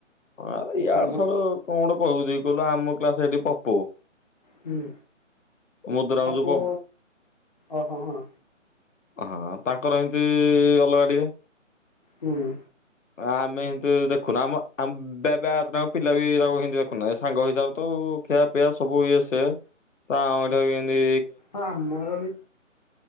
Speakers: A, on the left; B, on the left.
A: ଆରେ ୟାର
B: ସମ
A: ସଳ କଣ ଗୋଟେ କହିବୁ ଦେଖି କହିଲୁ ଆମ କ୍ଲାସ ହେଠି ପପୁ
B: ହୁଁ
A: ମୁଦୁରାମ
B: ପପୁ
A: ଯୋଉ
B: ଓହୋ ହଁ।
A: ହଁ ତାଙ୍କର ଏମତି ଅଲଗା ଟିକେ
B: ହୁଁ।
A: ଆମେ ହେମିତି ଦେଖୁନୁ ଆମ ଆମେ ବ୍ୟା ବ୍ୟାଚ୍ ଟାଙ୍କ ପିଲା ବି ତାଙ୍କୁ ହେମିତି ଦେଖୁନାହ। ଏ ସାଙ୍ଗ ହିସାବରେ ତ ଖିଆ ପ୍ରାୟ ସବୁ ଇଏ ସେ ତା ଅଇଁଠା ଏମତି
B: ହଁ ଆମର ବି